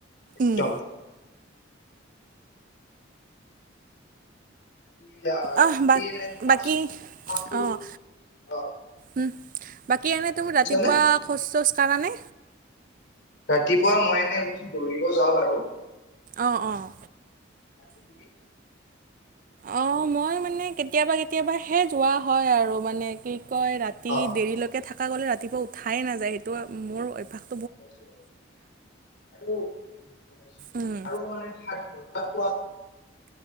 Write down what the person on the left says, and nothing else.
একদম
তুমি
এনে ফাষ্ট ফাষ্ট ফুড
অ
শুনিছানে
ৰাতিপুৱা মই এনেই উঠি, দৌৰিব যাওঁ বাৰু।
<unintelligible>
অ
গম পাইছো বাৰু আৰু-আৰু
মানে সাত <unintelligible> কাম